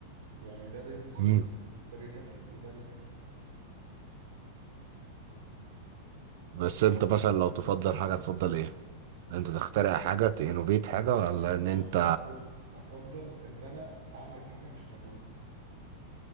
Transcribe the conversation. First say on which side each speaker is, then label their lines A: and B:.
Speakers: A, on the right; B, on the right.
A: يعني ده بيزنس
B: كده
A: وده بيزنس ده بيكسب وده بيكسب
B: بس انت مثلا لو تفضل حاجة تفضل ايه؟ انت تخترع حاجة تنوفيت حاجة ولا
A: هف-
B: ان انت
A: مخت... بص هفضل ان انا اعمل حاجه مش موجوده